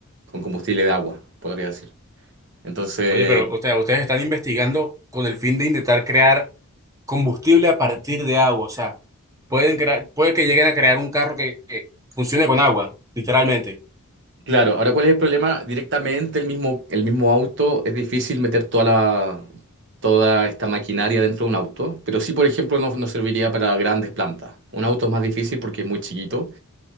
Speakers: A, on the right; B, on the right.
A: con combustible de agua, podría decir. Entonces,
B: Oye, pero usted- ustedes están investigando con el fin de intentar crear combustible a partir de agua. O sea, pueden crear, puede que lleguen a crear un carro que, que funcione con agua, literalmente.
A: claro, ahora ¿cuál es el problema? Directamente el mismo, el mismo auto, es difícil meter toda la, toda esta maquinaria dentro de un auto, pero sí, por ejemplo, no, no serviría para grandes plantas. Un auto es más difícil porque es muy chiquito,